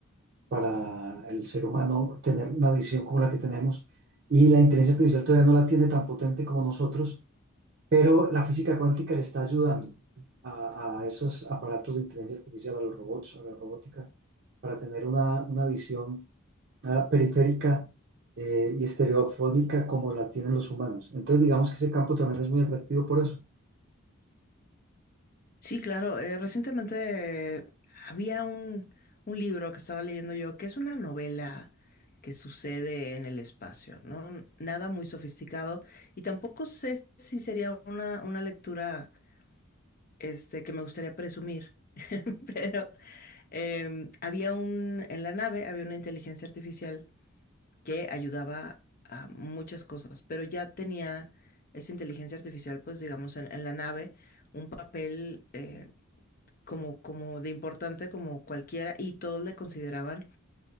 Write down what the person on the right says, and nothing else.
para el ser humano tener una visión como la que tenemos. Y la inteligencia artificial todavía no la tiene tan potente como nosotros Pero la física cuántica le está ayudando a, a esos aparatos de inteligencia artificial, a los robots, a la robótica, para tener una, una visión ah, periférica eh, y estereofónica como la tienen los humanos. Entonces, digamos que ese campo también es muy atractivo por eso.